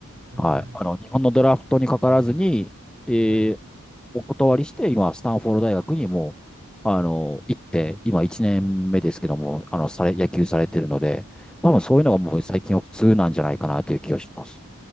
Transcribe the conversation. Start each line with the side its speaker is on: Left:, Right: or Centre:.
Right: えー、
Centre: はい、あの、日本のドラフトにかからずに、えー
Right: はい、
Centre: お断りして、今、スタンフォード大学にもう、あの、行って、今1年目ですけども、
Right: はい、
Centre: あの、され、野球されてるので、多分そういうのがもう最近は普通なんじゃないかなという気がします。
Right: はい。